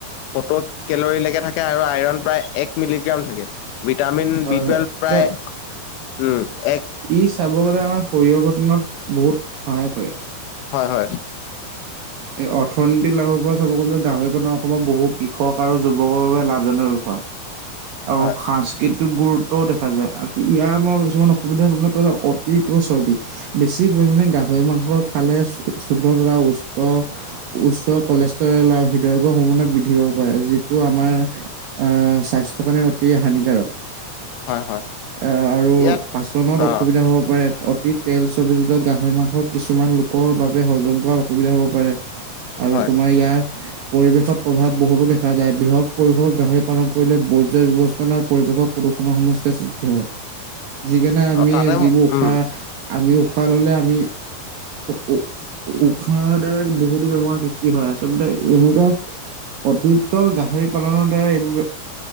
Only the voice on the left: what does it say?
সত্তৰ কেলৰী লকে থাকে। আৰু আইৰণ প্ৰায় এক মিলিগ্ৰাম থাকে ভিটামিন
বি
টুৱেলভ
প্ৰায় উমঁ এক।
হয়ঁ হয়ঁ।
হয়
হয় হয়
ইয়াত
অ
হয়
অ তাতে
উম